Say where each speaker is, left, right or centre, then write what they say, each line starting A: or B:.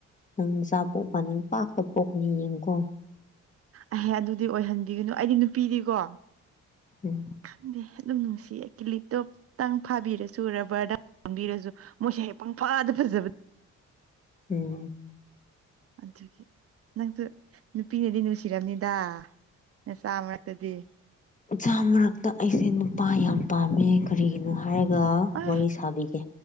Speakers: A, on the left (about 25°); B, on the right (about 50°).
A: ꯅꯪ ꯆꯆꯥ ꯄꯣꯛꯄ ꯅ ꯄꯥꯛꯇ ꯄꯣꯛꯄꯅꯤ ꯌꯦꯡꯉꯨꯀꯣ
B: ꯑꯍꯦ ꯑꯗꯨꯗꯤ ꯑꯣꯏꯍꯟꯕꯤꯒꯅꯨ ꯑꯩꯗꯤ ꯅꯨꯄꯤꯗꯤꯀꯣ
A: ꯎꯝ
B: ꯈꯪꯗꯦ ꯑꯗꯨꯝ ꯅꯨꯡꯁꯤꯌꯦ ꯂ ꯂꯤꯞꯇꯣꯞꯇꯪ ꯐꯥꯕꯤꯔꯁꯨ ꯔꯕꯔꯗꯪ ꯄꯥꯝꯕꯤꯔꯁꯨ ꯃꯣꯏꯁꯦ ꯍꯦꯛ ꯄꯨꯡ ꯐꯥꯗ ꯐꯖꯕ
A: ꯎꯝ
B: ꯑꯗꯨꯒꯤ ꯅꯪꯁꯨ ꯅꯨꯄꯤꯅꯗꯤ ꯅꯨꯡꯁꯤꯔꯕꯝꯅꯤꯗ ꯁꯝꯛꯇꯗꯤ
A: ꯏꯆꯥ ꯃꯔꯛꯇ ꯑꯩꯁꯦ ꯅꯨꯄꯥ ꯌꯥꯝ ꯄꯥꯝꯃꯦ ꯀꯔꯤꯒꯤꯅꯣ ꯍꯥꯏꯔꯒ
B: ꯑꯦ
A: ꯋꯥꯔꯤ ꯁꯥꯕꯤꯒꯦ